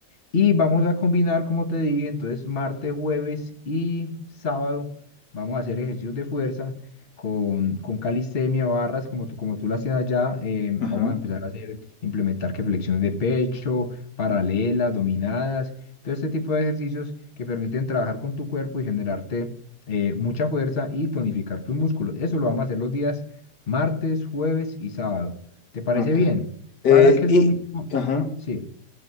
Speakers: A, on the left; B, on the left.
A: Y vamos a combinar, como te dije, entonces martes, jueves y sábado vamos a hacer ejercicios de fuerza con, con calistenia, barras, como tú, como tú lo hacías allá. eh, vamos
B: Ajá.
A: a empezar a hacer, implementar que flexiones de pecho, paralelas, dominadas, todo este tipo de ejercicios que permiten trabajar con tu cuerpo y generarte eh, mucha fuerza y tonificar tus músculos. Eso lo vamos a hacer los días martes, jueves y sábado. ¿Te parece
B: Ok.
A: bien?
B: Eh,
A: Para que el
B: y,
A: domingo...
B: ajá.
A: Sí,